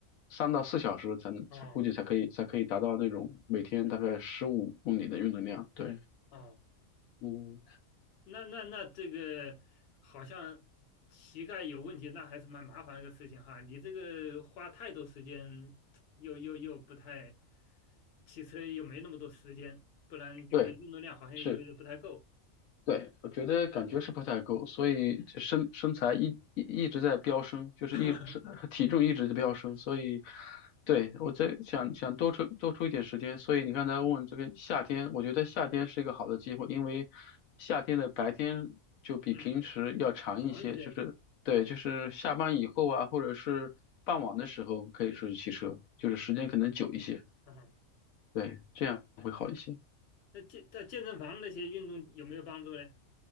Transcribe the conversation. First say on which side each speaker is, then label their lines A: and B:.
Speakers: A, on the left; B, on the left.
A: 三到四小时才能，
B: 哦
A: 估计才可以才可以达到那种每天大概十五公里的运动量。对，
B: 哦，
A: 嗯，
B: 那那那这个好像膝盖有问题，那还是蛮麻烦的一个事情哈。你这个花太多时间，又又又不太，骑车又没那么多时间，不然这个运动量好像有点不太够。
A: 对，是。对，我觉得感觉是不太够，所以这身身材一一一直在飙升，就是一身体重一直在飙升，
B: <laughs>
A: 所以对我在想想多出多出一点时间，所以你刚才问这个夏天，我觉得夏天是一个好的机会，因为夏天的白天就比平时要长一些，
B: 嗯，长一些
A: 就是对，就是下班以后啊，或者是傍晚的时候可以出去骑车，就是时间可能久一些，
B: 啊。
A: 对，这样会好一些。
B: 那健在健身房那些运动有没有帮助呢？